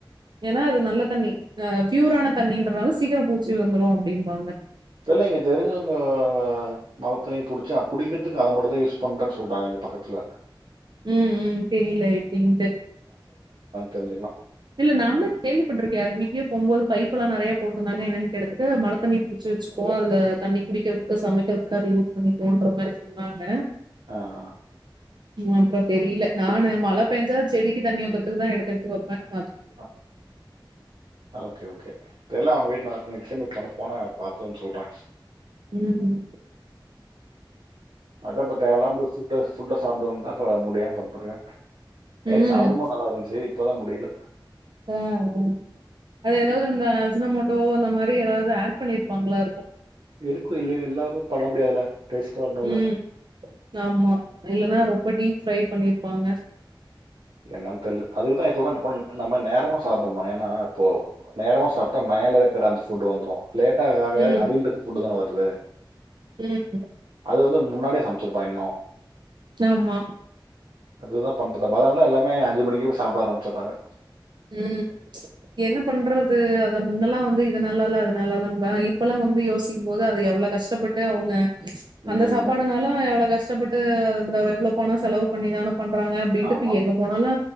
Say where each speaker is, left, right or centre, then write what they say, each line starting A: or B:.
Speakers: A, on the right; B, on the right.
A: ஏனா அது நல்ல தண்ணி அஹ் ப்யூரான தண்ணின்றனால சீக்கிரம் பூச்சி வந்துரு அப்டிம்பாங்க
B: தெரில்லங்க தெரிஞ்சவங்க ஆஹ் மழத்தண்ணிய புடிச்சு குடிக்கிறதுக்கு அத மட்டு தா யூஸ் பண்றேன்னு சொல்றாங்க இங்க பக்கத்துல
A: உம் உம் தெரியல எப்படின்னுட்டு
B: தெரிஞ்சுக்கலா
A: இல்ல நானு கேள்விப்பட்டிருக்க யாரு வீட்லயோ போகும் போது பைப்பெல்லாம் நெறைய போட்டிருந்தாங்க. என்னன்னு கேட்டத்துக்கு மழை தண்ணிய புடிச்சு வெச்சுக்குவோ. தண்ணி குடிக்கறதுக்கு சமைக்கறதுக்கு எதுகாது அது யூஸ் பண்ணினோன்ற மாரி ஆமாங்க
B: ஆஹ்
A: உ அப்ரோ தெரியல நானு மழ பேஞ்சா செடிக்கு தண்ணி ஊத்தறதுக்குக்கு தா எடுத்து எடுத்து வைப்ப
B: ஆ ஓகே ஓகே தெர்ல. அவங்க வீட்டுக்கு நெக்ஸ்டைம் போனா பாத்துட் வந்து சொல்ற
A: உம்
B: அதா இப்ப தேவ‌ இல்லாம போய் சுட‌சுட சாப்ட்டு வந்துதா இப்ப முடியாம படுத்தருக்க நேத்து
A: ம்
B: சாப்டும்போது நல்லா இருந்துச்சு இப்பதா முடில
A: ஆஹ் அது எதாவது இந்த அஜ்னமோட்டோ அந்த மாதிரி எதாவது ஆட் பண்ணிருப்பாங்களா இருக்கு
B: இருக்கு இல்லினா இல்லாம பண்ண முடியாதுல்ல டேஸ்ட் வரணும்ல.
A: உம் ஆமா இல்லனா ரொம்ப டீப் ஃப்ரை பண்ணிருப்பாங்க
B: என்னன் தெர்ல அதுக்குதா எப்பவு <unintelligible> நம்ம நேரமா சாப்புட்னு ஏன்னா அப்போ நேரமா சாப்ட்டா மேல இருக்குற அந்த ஃபுட் வந்துரு லேட்டாக ஆக
A: ம்
B: அடியிலருக்குற ஃபுட்டு தான வருது
A: ம்
B: அது வந்து முன்னாடியே சமச்சிருப்பா இன்னு
A: ஆமா
B: அதுதா பண்ற தப் அத்னாலா எல்லாமே அஞ்சு மணிக்கு போய் சாப்ட ஆரம்மிச்சிர்றாங்க
A: ம் என்ன பண்றது அத முன்னல்லா வந்து இது நல்லால்ல அது நல்லால்லம்ப இப்போல்லா வந்து யோசிக்கும் போது அத எவ்ளோ கஷ்ட்டப்பட்டு அவுங்க அந்த
B: ம்.
A: சாப்பாடுனாலு
B: ம்.
A: எவ்ளோ கஷ் டப்பட்டு அந்த எவ்ளோ பணொ செலவு பண்ணிதானா பண்றாங்க அப்டின்டு
B: ஆமா.
A: இப்ப எங்க போனாலு